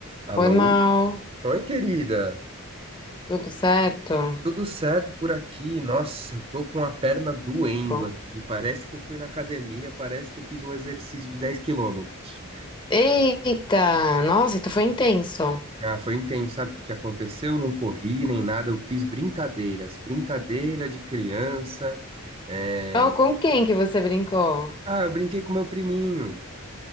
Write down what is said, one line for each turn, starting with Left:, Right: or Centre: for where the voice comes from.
Right: Alô?
Left: Oi, Mal.
Right: Oi, querida.
Left: Tudo certo?
Right: Tudo certo por aqui? Nossa, eu tô com a perna doendo
Left: Que bom.
Right: aqui. Parece que eu fui na academia, parece que eu fiz um exercício de 10 quilômetros.
Left: Eita! Nossa, então foi intenso.
Right: Ah, foi intenso. Sabe o que que aconteceu? Eu não corri nem nada, eu fiz brincadeiras. Brincadeira de criança. É...
Left: Oh, com quem que você brincou?
Right: Ah, eu brinquei com meu priminho.